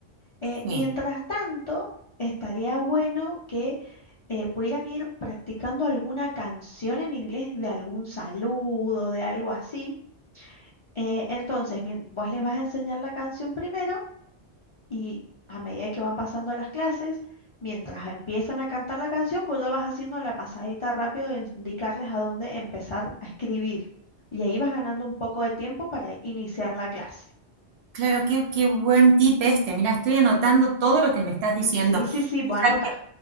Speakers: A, on the left; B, on the right.
A: Eh,
B: Sí.
A: mientras tanto, estaría bueno que eh, pudieran ir practicando alguna canción en inglés de algún saludo, de algo así eh, entonces, mien- vos les vas a enseñar la canción primero y a medida que van pasando las clases, mientras empiezan a cantar la canción, vos ya vas haciendo la pasadita rápido de indicarles a dónde empezar a escribir. Y ahí vas ganando un poco de tiempo para iniciar la clase.
B: Claro, qué, qué buen tip este. Mira, estoy anotando todo lo que me estás diciendo.
A: Sí, sí, sí, vos
B: Ya
A: anotá.
B: que-